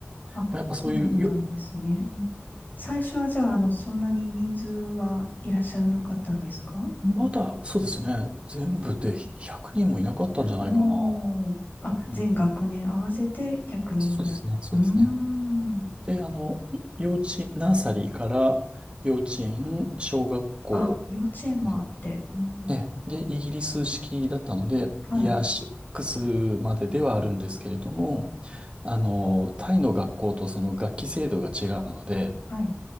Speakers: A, on the left; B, on the right.
A: あ、
B: まあ、やっぱそういうよ、
A: そうだったんですね。うん。最初はじゃあ、あの、そんなに人数はいらっしゃらなかったんですか
B: まだ、そうですね、全部で100人もいなかったんじゃないかな。
A: おー。あ、
B: うん。
A: 全学年合わせて100人ぐらい。
B: そうですね、そうですね。
A: うーん。
B: で、あの、い幼稚、ナーサリーから幼稚園、小学校、
A: あ、幼稚園もあって。
B: えー
A: うん。
B: で、で、イギリス式だったので、
A: はい。
B: イヤーシックスまでではあるんですけれども、あの、タイの学校とその学期制度が違うので、
A: はい。